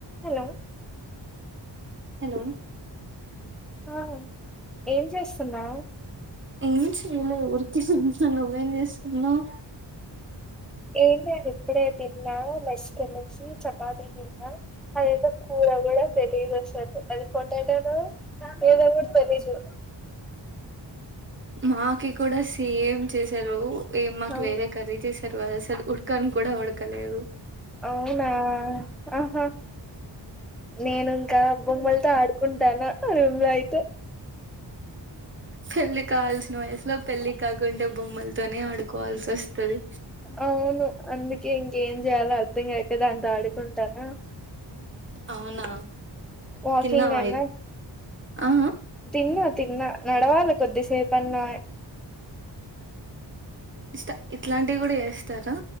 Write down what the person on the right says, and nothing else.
hello
ఏం చెయలే ఊరికే చూస్తున్నా నువ్వేం చేస్తున్నవ్
మాకి కూడా సేమ్ చేసారు ఏ మాకు
వేరే రీతి సర్వాద సలు ఉడ్కను కూడా ఉడ్కలేదు
పెళ్లి కావాల్సిన వయసులో పెళ్లి కాకుంటే బొమ్మలు తోనే ఆడుకోవాల్సి వస్తుది
అవునా
తిన్నావ
అయి ఆ
ఇ ఇట్లాంటివి కూడా చేస్తారా